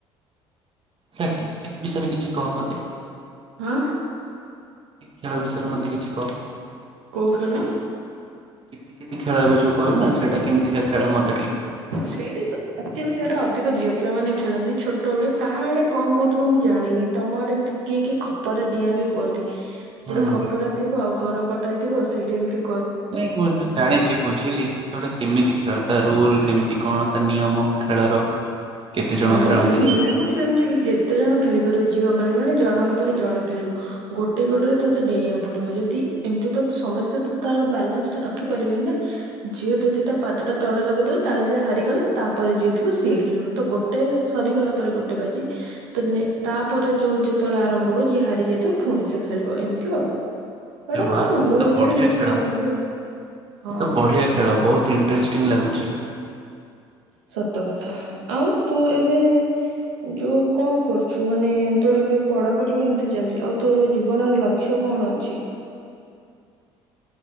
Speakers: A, on the right; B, on the right.
A: ସ କିତକିିତ ବିଷୟରେ କିଛି କହ ମୋତେ।
B: ଆଁ।
A: ଖେଳ ବିଷରେ ମୋତେ କିଛି କୁହ।
B: କୋଉ ଖେଳ?
A: କିତକିତ ଖେଳ ଏବେ ଯଉ କହିଲ ନା ସେଟା କେମତିକା ଖେଳ ମ
B: ସେଇଠି ଆକ୍ଚୁଲି ସେଟା ଅ ପ୍ରତ୍ୟେକ ଝିଅ ପିଲାମାନେ ଖେଳନ୍ତି ଛୋଟବେଳେ କାହାଆଡେ କଣ କହୁଥିବ ମୁଁ ଜାଣିନି ତମ ଆଡେ ବି କିଏ କିଏ ଖପର ଗଟା ଡିଆଁ ବି କୁହନ୍ତି
A: ହୁଁ।
B: ଗୋଟେ ଖପରା ଥିବ ଆଉ ଘର କଟାଥିବ ସେଇଠି ଏମତି
A: ନାଇଁ ମୁଁ ଏ ତ ଜାଣିଛି ବୁଝିଲି କିନ୍ତୁଟା କେମିତି ଖେଳ ତା ରୁଲ କେମିତି? କଣ ତା ନିୟମ ଖେଳର କେତେ ଜଣ
B: ଖେଳର
A: ଖେଳନ୍ତି
B: ନିୟମ
A: ସେ
B: ସେମିତି ଯେତେ ଜଣ ଖେଳିପାରିବ ଝିଅମାନେ ମାନେ ଜଣଙ୍କ ପରେ ଜଣେ ଖେଳିବ ଗୋଟେ ଗୋଡ଼ରେ ତୋତେ ଡେଇଁବାକୁ ପଡ଼ିବ ଯଦି ଏମ ସମସ୍ତେ ତ ତାର ବାଲାନ୍ସ ଟା ରଖିପାରିବେନି ଯିଏ ଯଦି ତା ପାଦ ଟା ତଳେ ଲଗେଇଦବ ତାହେଲେ ହାରିଗଲା ତାପରେ ଯିଏ ଥିବ ସିଏ ଖେଳିବ। ତ ଗୋଟେ ସରିଗଲା ପରେ ଗୋଟେ ବାଜି ତ ନେ ତାପରେ ଯୋଉ ଯେତେବେଳେ ଆରମ୍ଭ ହବ ଯିଏ ହାରିଯାଇ ପୁଣି ସେ ଖେଳିବ ଏମିତି ଆଉ। ଏଇଟା
A: ଏ ମା
B: ଗୋଟେ ମନୋରଞ୍ଜନ
A: ଏତ ବଢିଆ
B: ପାଇଁ
A: ଖେଳ
B: ଖେଳନ୍ତି ଆଉ ହଁ।
A: ଏତ ବଢିଆ ଖେଳ ବହୁତ ଇ ଇଣ୍ଟରେଷ୍ଟିଙ୍ଗ ଲାଗୁଛି।
B: ସତ କଥା ଆଉ ତୁ ଏବେ ଯୋଉ କଣ କରୁଛୁ ମାନେ ତୋର ଏବେ ପଢାପଢି କେମିତି ଚାଲିଛି? ଆଉ ତୋର ଜୀବନର ଲକ୍ଷ୍ୟ କଣ ଅଛି?